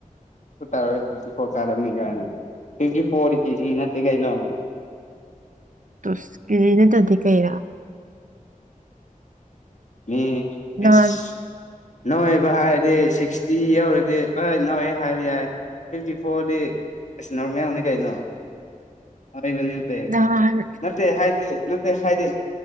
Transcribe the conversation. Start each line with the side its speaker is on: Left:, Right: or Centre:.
Left: ꯁꯇꯥ ꯔꯒ ꯐꯤꯇꯤ ꯐꯣꯔ ꯀꯥꯔꯝꯃꯦ ꯀꯥꯏꯅ ꯐꯤꯇꯤ ꯐꯣꯔ ꯀꯦꯖꯤ ꯅꯠꯇꯦ ꯀꯩꯅꯣ <unintelligible>
Right: ꯇꯁꯀꯤꯖꯤꯅꯦ ꯑꯗꯨ ꯑꯗꯤ ꯀꯩꯔ
Left: ꯃꯤ ꯐꯁ
Right: ꯅꯍꯥꯟ
Left: ꯅꯣꯏꯕ ꯍꯥꯏꯔꯗꯤ ꯁꯤꯛꯁꯇꯤ ꯌꯧꯔꯗꯤ ꯍꯣꯏ ꯅꯣꯏ ꯍꯥꯏꯕ ꯌꯥꯏ ꯐꯤꯐꯇꯤ ꯐꯣꯔꯗꯤ ꯑꯁ ꯅꯎꯃꯦꯌꯥꯝꯅ ꯀꯩꯅꯣ ꯂꯩꯕꯅꯤ ꯇ
Right: ꯅꯍꯥꯟ
Left: ꯅꯠꯇꯦ ꯍꯥꯏꯗꯤ ꯅꯠꯇꯦ ꯍꯥꯏꯗꯤ